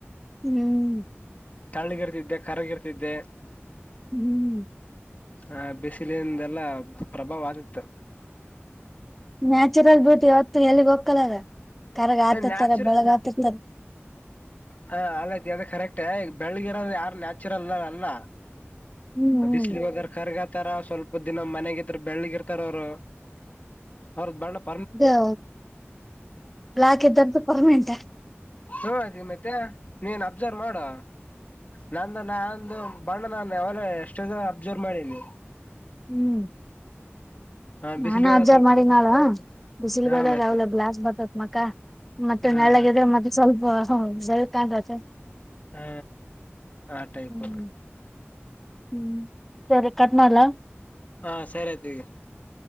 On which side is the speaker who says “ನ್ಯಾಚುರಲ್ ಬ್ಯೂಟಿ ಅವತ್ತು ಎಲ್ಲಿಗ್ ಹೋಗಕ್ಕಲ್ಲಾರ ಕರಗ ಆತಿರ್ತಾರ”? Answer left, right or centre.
Centre